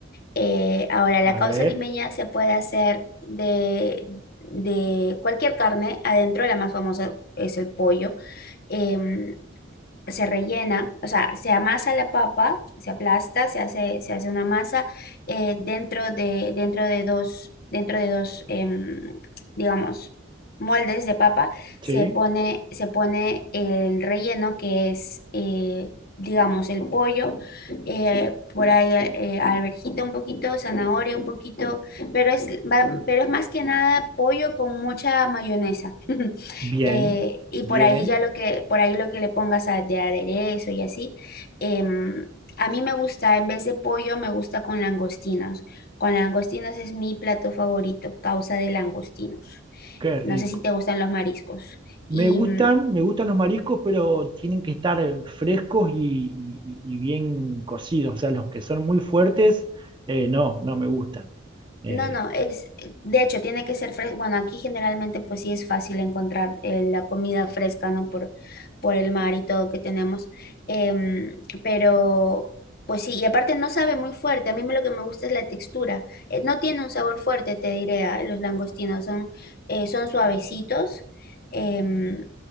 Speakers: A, on the left; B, on the right.
A: Eh, ahora, la
B: A
A: causa
B: ver,
A: limeña se puede hacer de, de cualquier carne, adentro la más famosa es el pollo, em, se rellena, o sea, se amasa la papa, se aplasta, se hace, se hace una masa eh, dentro de, dentro de dos, dentro de dos, em, digamos, moldes de papa,
B: sí.
A: se pone, se pone el relleno que es, eh, digamos, el pollo, eh, por ahí eh, alverjita un poquito, zanahoria un poquito, pero es, va- pero es más que nada pollo con mucha mayonesa. <laughs>
B: Bien,
A: eh, y
B: bien,
A: por ahí ya lo que, por ahí lo que le pongas a- de aderezo y así. em, a mí me gusta, en vez de pollo, me gusta con langostinos. Con langostinos es mi plato favorito, causa de langostinos.
B: qué rico.
A: No sé si te gustan los mariscos.
B: Me
A: Y
B: gustan,
A: mm,
B: me gustan los mariscos, pero tienen que estar eh, frescos y, y- y- y bien cocidos. O sea, los que son muy fuertes, eh, no, no me gustan. Eh,
A: No, no, es, eh, de hecho, tiene que ser fresco. Bueno, aquí generalmente pues sí es fácil encontrar eh, la comida fresca, ¿no? Por, por el mar y todo que tenemos. Em, pero pues sí, y aparte no sabe muy fuerte. A mí me- lo que me gusta es la textura. Eh, no tiene un sabor fuerte, te diré, ah, Los langostinos son, eh, son suavecitos. em,